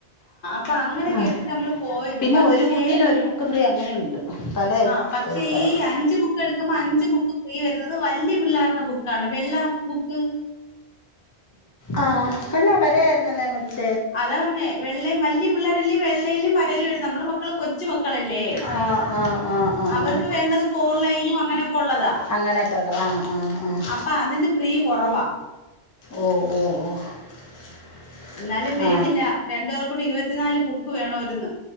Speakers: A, on the left; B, on the left.
A: അപ്പ അങ്ങനെ
B: ആ
A: കേട്ടിട്ടമ്മള് പോ പോയത്
B: പിന്നെ
A: പക്ഷെ
B: ഒരു ബുക്കിന് ഒരു ബുക്ക് ഫ്രീ അങ്ങനെയുണ്ട് പല
A: ആ പക്ഷേ
B: സൈസ്
A: ഈ
B: ആയിരുന്നു
A: അഞ്ച് ബുക്ക് എടുക്കുമ്പോ അഞ്ച് ബുക്ക് ഫ്രീ വരുന്നത് വലിയ പിള്ളേരുടെ ബുക്കാണ് വെള്ള ബുക്ക്
B: ആ അല്ല വരായിരുന്നല്ലോ <unintelligible>
A: അതാ പറഞ്ഞേ വെള്ള വല്ല്യ പിള്ളേരെല്ല വെള്ളയിലും വരയിലും എഴുതാ നമ്മടെ മക്കൾ കൊച്ചു മക്കളല്ലേ
B: ആഹ് ആഹ് ആഹ് ആഹ് ആഹ്
A: അവർക്ക് വേണ്ടത് ഫോർലൈനും അങ്ങനൊക്കൊള്ളതാ
B: അങ്ങനെയൊക്കെ ഉള്ളത് ആഹ് ആഹ് ആഹ്
A: അപ്പൊ അതിന്റെ ഫ്രീ കുറവാ
B: ഓ <inaudible>
A: എന്നാലും വേണ്ടില്ല
B: ആ
A: രണ്ടാപേർകൂടി ഇരുപത്തിനാല് ബുക്ക് വേണാവാരുന്ന്